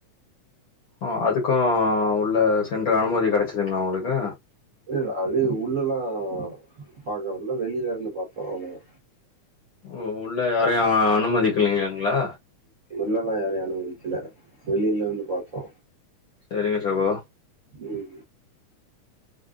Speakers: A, on the left; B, on the right.
A: ஆ அதுக்கோ உள்ள சென்ற அனுமதி கெடச்சிதுங்களா உங்குளுக்கு
B: இல்ல அதே உள்ளலா பாக்கல வெளில இருந்து பாத்தோ அவ்ளோதா
A: ஓ உள்ள யாரையோ அனுமதிக்கிலிங்களா
B: உள்ளலா யாரையு அனுமதிக்கல வெளில இருந்து பாத்தோ
A: செரிங்க சகோ
B: உம்